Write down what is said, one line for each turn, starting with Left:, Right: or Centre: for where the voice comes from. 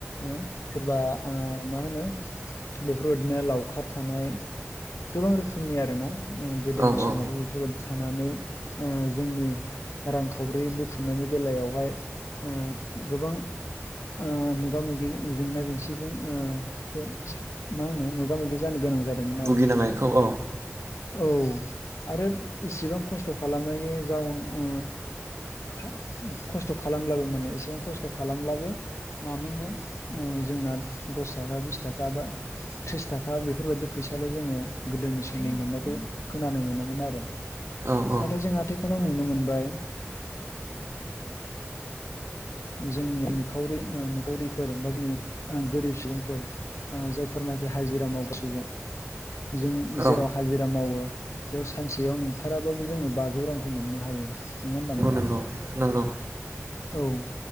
Left: ओ सोरबा ओ मा होनो बेफोरबायदिनो लावखार थानाय गोबां रोखोमनि आरोना उम गोदोनि
Right: औ
Left: समावहाय
Right: औ
Left: बेफोरबादि थानानै ओ जोंनि रांखावरि बुथुमनायनि बेलायावहाय उम गोबां ओ मोगा मोगि जेंना जेंसिजों ओ सो मा होनो मोगा मोगि जानो गोनां जादोंमोन
Right: भुगिनांनायखौ
Left: आरो।
Right: औ
Left: औ आरो इसेबां खस्थ' खालामनायनि जाउन ओ था खस्थ' खालामब्लाबो माने एसेबां खस्थ' खालामब्लाबो मामोननो ओ जोंना दस थाखा बिस थाखा बा थ्रिस थाखा बेफोरबायदि फैसाल' जोङो गोदोनि समाव मोननायखौ खोनानो मोनोमोन आरो नाथाय
Right: औ औ
Left: जों आथिखालाव नुनो मोनबाय जोंनि निखावरि ओ निखावरिफोर बा जोंनि गोरिब सुबुंफोर ओ जायफोरनाखि हाजिरा मावगा सुबुं जों
Right: औ
Left: जेराव हाजिरा मावो बेयाव सानसेयाव नोंथाराबाबो जोङो बाजौ रांखौ मोननो हायो नङा होमबा नोंथां?
Right: नोंगौ नोंगौ।
Left: <inaudible> औ